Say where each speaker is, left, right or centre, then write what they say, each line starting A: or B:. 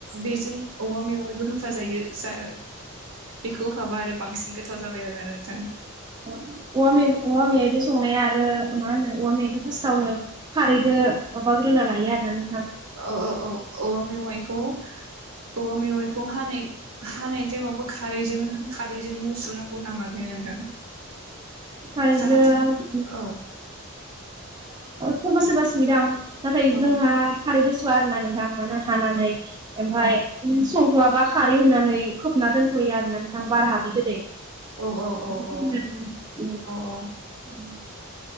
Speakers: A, on the right; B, on the right.
A: बेजों औवा मेवाइबो होफाजायो जा बेखौ होफाबा आरो बांसिन गोथाव जाबाय आरोना नोंथां।
B: औवा मे औवा मेवायजो संनाया आरो मा होनो औवा मेवायखो फासतावनो खारैजो माबागोरना लायो आरो ना
A: औ औ औ औवा मेवाइखौ औवा मेवाइखौ हानै हानाय ताइमावबो खारैजों खारैजोंनो सुनांगौ नामाथाय नोंथां?
B: खारैजों
A: जाहाथे
B: <unintelligible>
A: औ
B: सोरबा सोरबा सुयोदां नाथाय
A: औ
B: जोंहा खारैदो सुवा आरो ना नोंथां मानो हानानै ओमफ्राय
A: औ
B: इदिनो संथआबा खारै होननानै खोबना दोनथ'यो आरो ना नोंथां बार हाबि गोदै।
A: औ औ औ।
B: <inaudible>
A: औ औ